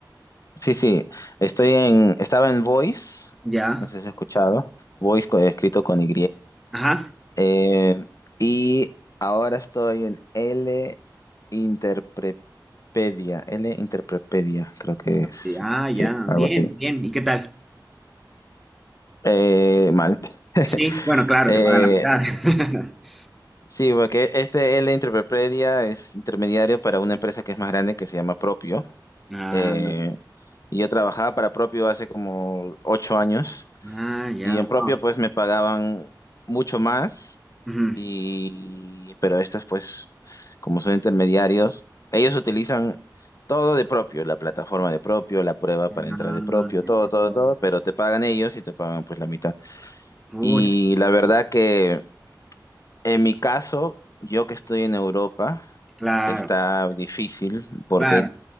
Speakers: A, on the left; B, in the centre.
A: Sí, sí, estoy en, estaba en Voice,
B: Ya,
A: no sé si has escuchado, Voice co- escrito con Y,
B: ajá.
A: eh, y ahora estoy en L Interprepedia, L Interprepedia, creo que es,
B: Sí, Ah,
A: sí,
B: ya,
A: algo
B: bien,
A: así.
B: bien. ¿Y qué tal?
A: Eh, mal. <laughs>
B: Sí, bueno, claro,
A: Eh,
B: te pagan la mitad. <laughs>
A: Sí, porque este L Interprepredia es intermediario para una empresa que es más grande que se llama Propio.
B: Ah,
A: Eh, y yo trabajaba para Propio hace como ocho años
B: ah, ya,
A: y en Propio
B: wow.
A: pues me pagaban mucho más
B: Ujú.
A: y pero estas pues como son intermediarios, ellos utilizan todo de Propio, la plataforma de Propio, la prueba
B: Ah,
A: para entrar de Propio,
B: ya,
A: todo, todo,
B: wow.
A: todo, pero te pagan ellos y te pagan pues la mitad.
B: Pucha,
A: Y la verdad que en mi caso, yo que estoy en Europa,
B: claro,
A: está difícil porque
B: claro.